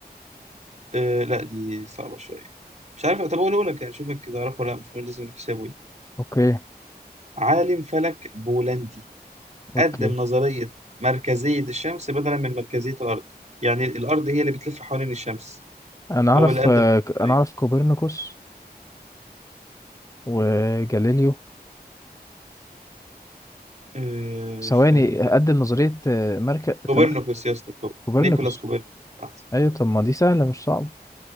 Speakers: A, on the right (about 45°); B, on the left (about 20°).
A: آه لا دي صعبة شوية مش عارف طب أقوله لك يعني شوفك كده أعرفه ولا لأ مش مهم لازم نحسبه يعني.
B: اوكي
A: عالم فلك بولندي
B: اوكي
A: قدم نظرية مركزية الشمس بدلا من مركزية الأرض يعني الأرض هي اللي بتلف حوالين الشمس
B: انا اعرف
A: هو اللي قدم
B: آه،
A: النظرية
B: انا اعرف كوبرنيكوس وجاليليو
A: آه
B: ثواني
A: استنى كده
B: اقدم نظرية آه، مركز
A: كوبرنيكوس
B: تمركز
A: يا اسطى كوب-
B: كوبرنيكوس
A: نيكولاس كوبرنيكوس صح صح
B: ايوه
A: صح
B: طب ما دي سهلة مش صعبة